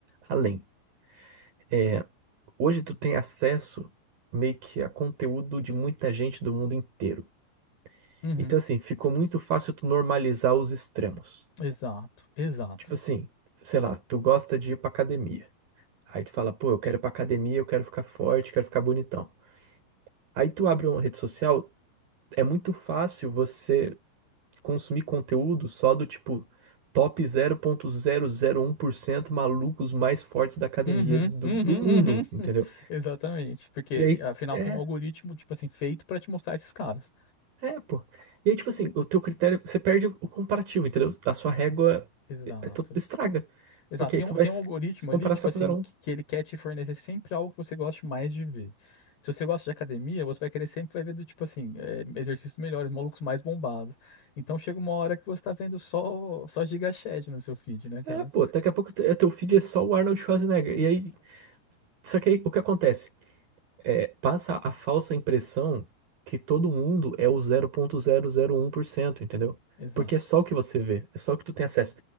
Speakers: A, on the right (about 60°); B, on the left (about 70°).
A: além. É, Hoje tu tem acesso meio que a conteúdo de muita gente do mundo inteiro.
B: Uhum,
A: Então, assim, ficou muito fácil tu normalizar os extremos.
B: exato, exato.
A: Tipo assim, sei lá, tu gosta de ir pra academia. Aí tu fala, pô, eu quero ir pra academia, eu quero ficar forte, quero ficar bonitão. Aí tu abre uma rede social, é muito fácil você consumir conteúdo só do tipo top zero vírgula zero zero um por cento malucos mais fortes da academia
B: Uhum,
A: do,
B: uhum,
A: do mundo,
B: uhum. <laughs>
A: entendeu?
B: Exatamente, porque
A: E aí.
B: te- afinal
A: é
B: tem um algoritmo, tipo assim, feito pra te mostrar esses caras.
A: É, pô. E aí, tipo assim, o teu critério, você perde o comparativo, entendeu? A sua régua
B: Exato.
A: é, é, tu estraga.
B: Exato,
A: Porque
B: tem
A: aí tu
B: um, tem
A: vai se
B: um algoritmo
A: se comparar
B: ali, tipo
A: só
B: assim,
A: com o zero
B: que,
A: um.
B: que ele quer te fornecer sempre algo que você goste mais de ver. Se você gosta de academia, você vai querer sempre vai ver do tipo assim, é, exercícios melhores, malucos mais bombados. Então chega uma hora que você tá vendo só, só gigachad no seu feed, né, cara?
A: É, pô, daqui a pouco te- teu feed é só o Arnold Schwarzenegger. E aí, só que aí o que acontece? É, passa a falsa impressão que todo mundo é o zero vírgula zero zero um por cento, entendeu?
B: Exato,
A: Porque é só o que você vê, é só o que tu tem acesso.